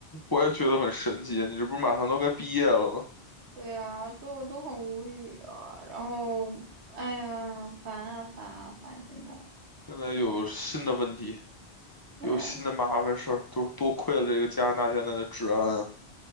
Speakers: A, on the left; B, on the right.
A: 我也觉得很神奇啊，你这不是马上都该毕业了吗？
B: 对啊，所以我都很无语啊。然后，哎呀，烦啊烦啊烦！现在，
A: 现在又有新的问题，
B: 哎，
A: 有新的麻烦事儿，都是多亏了这个加拿大现在的治安啊，